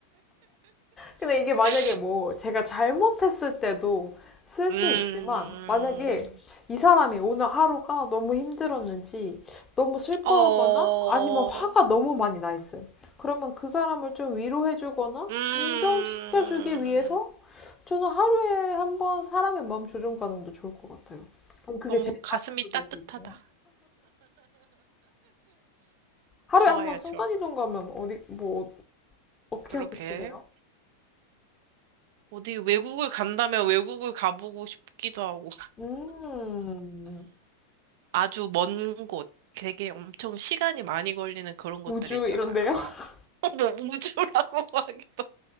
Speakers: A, on the left; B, on the right.
A: 근데 이게 만약에
B: <laughs>
A: 뭐 제가 잘못했을 때도 쓸
B: 음,
A: 수 있지만 만약에 이 사람이 오늘 하루가 너무 힘들었는지 너무 슬퍼하거나
B: 어,
A: 아니면 화가 너무 많이 나 있어요. 그러면 그 사람을 좀 위로해주거나
B: 음,
A: 진정시켜주기 위해서 저는 하루에 한 번 사람의 마음 조종 가능도 좋을 것 같아요. 그럼 그게
B: 너무
A: 제
B: 가슴이
A: 자신도
B: 따뜻하다.
A: 될 수 있고요. 하루에
B: 좋아요,
A: 한 번 순간이동
B: 좋아.
A: 가면 어디, 뭐, 어떻게
B: 그러게.
A: 하고 싶으세요?
B: 어디 외국을 간다면 외국을 가보고 싶기도 하고.
A: 음,
B: 아주 먼 곳, 되게 엄청 시간이 많이 걸리는 그런 곳들
A: 우주
B: 있잖아요.
A: 이런데요? <laughs>
B: <laughs> 뭐 우주라고 <laughs> 하기도